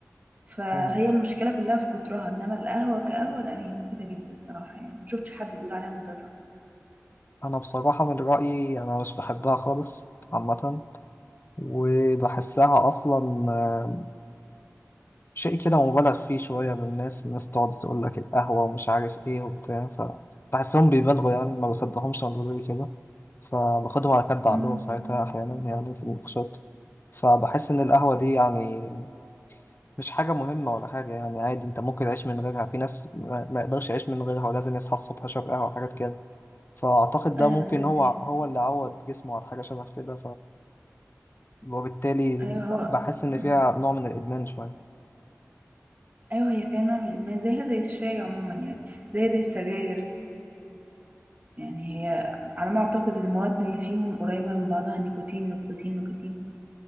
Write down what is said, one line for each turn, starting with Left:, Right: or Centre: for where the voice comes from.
Right: فهي
Left: مم.
Right: المشكلة كلها في كترها إنما القهوة كقهوة لأ هي مفيدة جدًا صراحة يعني، ما شُفتش حد بيقول عليها مُضرّة.
Left: انا بصراحة من رأيي انا مش بحبها خالص عامة وبحسها أصلا آه، شيء كده مبالغ فيه شوية بالناس الناس تقعد تقول لك القهوة ومش عارف إيه وبتاع فبحسهم بيبالغوا يعني ما بصدقهمش لما بيقولوا لي كده فباخدهم على كد عقلهم
Right: إمم،
Left: ساعتها أحيانا يعني في النقاشات فبحس إن القهوة دي يعني مش حاجة مهمة ولا حاجة يعني عادي أنت ممكن تعيش من غيرها في ناس ما ما يقدرش يعيش من غيرها ولازم يصحى الصبح يشرب قهوة وحاجات كده فأعتقد ده
Right: أنا
Left: ممكن
Right: من الناس
Left: هو
Right: دي.
Left: هو اللي عود جسمه على حاجة شبه كده وبالتالي
Right: أيوه هو
Left: بحس إن فيها
Right: إمم،
Left: نوع من الإدمان شوية
Right: أيوه هي فيها نوع من الإدمان زيها زي الشاي عمومًا يعني، زيها زي السجاير، يعني هي على ما أعتقد المواد اللي فيهم قريبة من بعضها نيكوتين، نيكوتين، نيكوتين